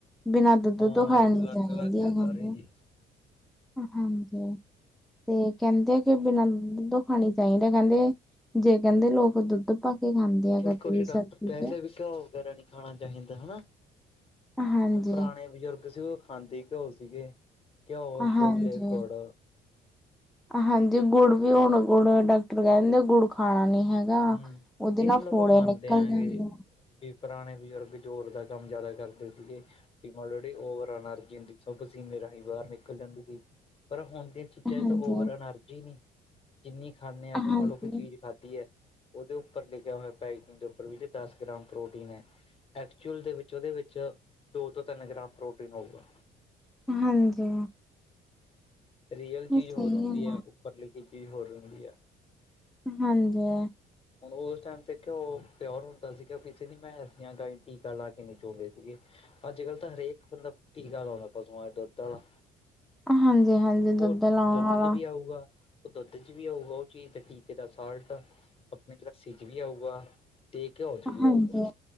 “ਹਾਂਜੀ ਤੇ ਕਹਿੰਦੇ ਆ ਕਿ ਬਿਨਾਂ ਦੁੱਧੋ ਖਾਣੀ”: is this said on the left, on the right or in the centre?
Centre